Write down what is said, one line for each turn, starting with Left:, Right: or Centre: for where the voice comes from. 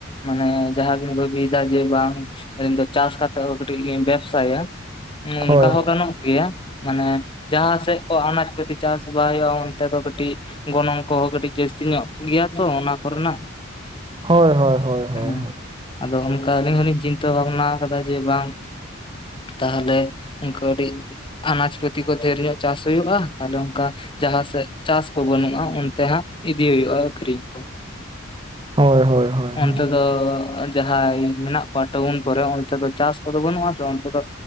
Left: ᱢᱟᱱᱮ ᱡᱟᱦᱟᱸ ᱵᱤᱱ ᱵᱷᱟᱹᱵᱤ ᱮᱫᱟ ᱡᱮ ᱵᱟᱝ ᱟᱹᱞᱤᱧ ᱫᱚ ᱪᱟᱥ ᱠᱟᱛᱮᱫ ᱦᱚᱸ ᱠᱟᱹᱴᱤᱡ <unintelligible> ᱵᱮᱵᱥᱟᱭᱟ ᱚᱱᱠᱟ
Right: ᱦᱳᱭ
Left: ᱦᱚᱸ ᱜᱟᱱᱚᱜ ᱜᱮᱭᱟ ᱢᱟᱱᱮ ᱡᱟᱦᱟᱸ ᱥᱮᱫ ᱠᱚ ᱟᱱᱟᱡᱽ ᱯᱟᱹᱛᱤ ᱪᱟᱥ ᱵᱟᱭ ᱦᱩᱭᱩᱜᱼᱟ ᱚᱱᱛᱮ ᱫᱚ ᱠᱟᱹᱴᱤᱡ ᱜᱚᱱᱚᱝ ᱠᱚᱦᱚᱸ ᱠᱟᱹᱴᱤᱡ ᱡᱟᱹᱥᱛᱤ ᱧᱚᱜ ᱜᱮᱭᱟ ᱛᱚ ᱚᱱᱟ ᱠᱚᱨᱮᱱᱟᱜ
Right: ᱦᱳᱭ ᱦᱳᱭ ᱦᱳᱭ ᱦᱳᱭ
Left: ᱦᱮᱸ ᱟᱫᱚ ᱚᱱᱠᱟ ᱜᱤᱧ <unintelligible> ᱪᱤᱱᱛᱟᱹ ᱵᱷᱟᱵᱽᱱᱟ ᱟᱠᱟᱫᱟ ᱡᱮ ᱵᱟᱝ ᱛᱟᱦᱚᱞᱮ ᱚᱱᱠᱟ ᱟᱹᱰᱤ ᱟᱱᱟᱡᱽ ᱯᱟᱹᱛᱤ ᱠᱚ ᱰᱷᱮᱨ ᱧᱚᱜ ᱪᱟᱥ ᱦᱩᱭᱩᱜᱼᱟ ᱛᱟᱦᱞᱮ ᱚᱱᱠᱟ ᱡᱟᱦᱟᱸ ᱥᱮᱫ ᱪᱟᱥ ᱠᱚ ᱵᱟᱹᱱᱩᱜᱼᱟ ᱚᱱᱛᱮ ᱦᱟᱸᱜ ᱤᱫᱤ ᱦᱩᱭᱩᱜᱼᱟ ᱟᱹᱠᱷᱨᱤᱧ ᱠᱚ
Right: ᱦᱳᱭ ᱦᱳᱭ ᱦᱳᱭ
Left: ᱚᱱᱛᱮ ᱫᱚ ᱡᱟᱦᱟᱸᱭ ᱢᱮᱱᱟᱜ ᱠᱚᱣᱟ ᱴᱟᱹᱣᱩᱱ ᱠᱚᱨᱮ ᱚᱱᱛᱮ ᱫᱚ ᱪᱟᱥ ᱠᱚᱫᱚ ᱵᱟᱹᱱᱩᱜᱼᱟ ᱛᱚ ᱚᱱᱛᱮ ᱫᱚ